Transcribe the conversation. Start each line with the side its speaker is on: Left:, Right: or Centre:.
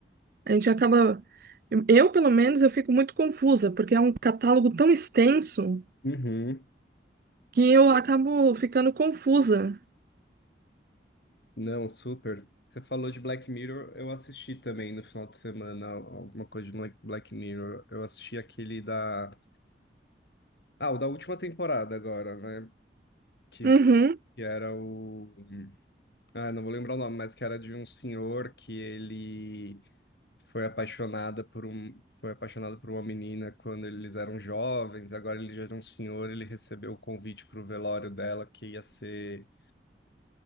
Right: a gente acaba. Eu, pelo menos, eu fico muito confusa, porque é um catálogo tão extenso
Left: Uhum.
Right: que eu acabo ficando confusa.
Left: Não, super. Você falou de Black Mirror, eu assisti também no final de semana alguma coisa de Black Black Mirror. Eu assisti aquele da... Ah, o da última temporada agora, né? que,
Right: Uhum.
Left: que era o. Ah, não vou lembrar o nome, mas que era de um senhor que ele foi apaixonada por um. Foi apaixonado por uma menina quando eles eram jovens, agora ele já era um senhor, ele recebeu o convite para o velório dela que ia ser